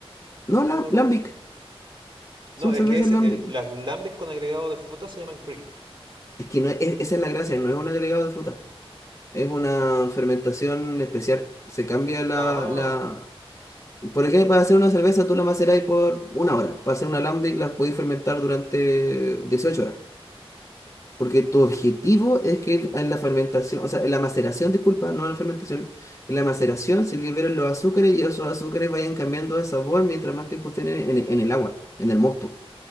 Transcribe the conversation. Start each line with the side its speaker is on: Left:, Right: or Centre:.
Left: no,
Right: Si
Left: la,
Right: no mal recuerdo.
Left: Lambic.
Right: No,
Left: Son
Right: es
Left: cervezas
Right: que ese,
Left: Lambic.
Right: el- las lambics con agregado de fruta se llaman Creek.
Left: Es que no es, es- esa es la gracia, no es un agregado de fruta. Es una fermentación especial. Se cambia la,
Right: Ah,
Left: la... Por ejemplo, para hacer una cerveza tú la macerás por una hora. Para hacer una Lambic la podéis fermentar durante 18 horas. Porque tu objetivo es que en la fermentación, o sea, en la maceración, disculpa, no en la fermentación, en la maceración se liberen los azúcares y esos azúcares vayan cambiando de sabor mientras más tiempo estén en, en- el agua, en el mosto.